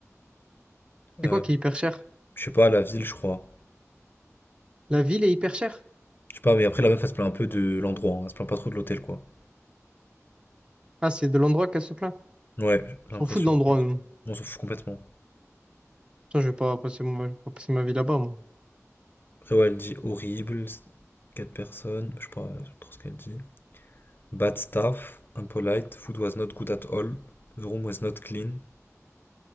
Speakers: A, on the right (about 20°); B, on the left (about 40°).
A: C'est
B: Euh,
A: quoi qui est hyper cher?
B: Je sais pas, la ville, je crois.
A: La ville est hyper chère.
B: Je sais pas, mais après, la meuf, elle se plaint un peu de l'endroit. hein. Elle se plaint pas trop de l'hôtel, quoi.
A: Ah, c'est de l'endroit qu'elle se plaint.
B: Ouais, j'ai
A: On
B: l'impression.
A: s'en fout de l'endroit, nous.
B: On s'en fout complètement.
A: Putain, je vais pas passer, mon- je vais pas passer ma vie là-bas, moi.
B: Après, ouais, elle dit horrible, quatre personnes, je sais pas euh, trop ce qu'elle dit. Bad staff, impolite, food was not good at all, the room was not clean.